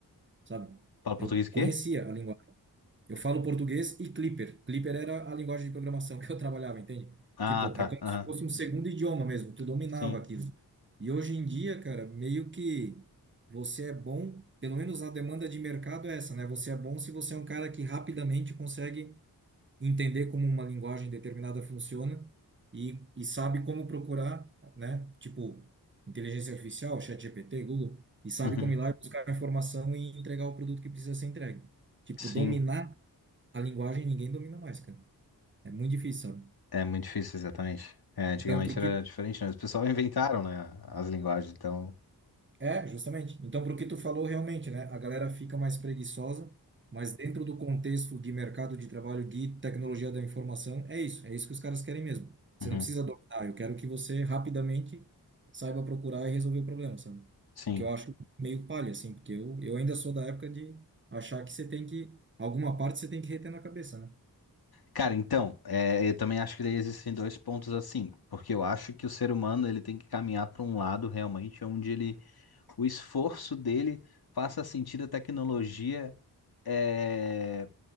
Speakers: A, on the right (about 30°); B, on the left (about 60°).
A: sabe?
B: Fala
A: Eu
B: português o quê?
A: conhecia a língua eu falo português e Clipper. Clipper era a linguagem de programação que eu trabalhava, entende?
B: Ah,
A: Tipo,
B: tá.
A: é como
B: Aham.
A: se fosse um segundo idioma mesmo, tu dominava
B: Sim.
A: aquilo. E hoje em dia, cara, meio que você é bom, pelo menos a demanda de mercado é essa, né? Você é bom se você é um cara que rapidamente consegue entender como uma linguagem determinada funciona e, e sabe como procurar, né? Tipo, inteligência artificial, ChatGPT, Google, e sabe
B: Uhum.
A: como ir lá e buscar a informação e entregar o produto que precisa ser entregue. Tipo,
B: Sim.
A: dominar a linguagem ninguém domina mais, cara. É muito difícil, sabe?
B: É muito difícil, exatamente. É, antigamente
A: Então, pro
B: era
A: que.
B: diferente, né? Os pessoal <laughs> inventaram, né, as linguagens, então.
A: É, justamente. Então, pro que tu falou realmente, né? A galera fica mais preguiçosa, mas dentro do contexto de mercado de trabalho, de tecnologia da informação, é isso. É isso que os caras querem mesmo. Você
B: Uhum,
A: não precisa dominar. Eu quero que você rapidamente saiba procurar e resolver o problema, sabe?
B: sim.
A: O que eu acho meio palha, assim, porque eu, eu ainda sou da época de achar que você tem que. Alguma parte você tem que reter na cabeça, né?
B: Cara, então, é, eu também acho que daí existem dois pontos assim, porque eu acho que o ser humano ele tem que caminhar para um lado realmente onde ele, o esforço dele faça sentido a tecnologia é,